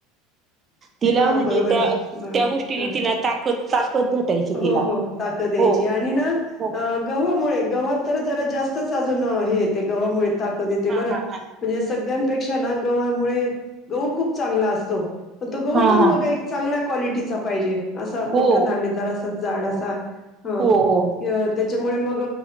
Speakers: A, on the left (about 40°); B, on the right (about 30°).
A: <unintelligible>
B: तिला
A: हा
B: म्हणजे
A: बरोबर
B: त्या
A: आहे बरोबर
B: त्या गोष्टीने
A: हा
B: तिला ताकद ताकद भेटायची तिला
A: हो हो ताकद यायची
B: हो
A: आणि आणि ना
B: हो
A: गव्हामुळे गव्हात तर जरा जास्तच अजून हेे येतयं गव्हामुळे ताकद येते
B: हा
A: बरं
B: हा
A: म्हणजे
B: हा
A: सगळ्यां पेक्ष्या ना गव्हामुळे गहू खूप चांगला असतो पण तो गहू
B: हा
A: पण
B: हा
A: मध्ये एक क्वालिटीचा पाहिजे. असा
B: हो
A: मोठा दाणेदार असा जाड असा
B: हो
A: हा
B: हो हो
A: त्याच्यामुळे मग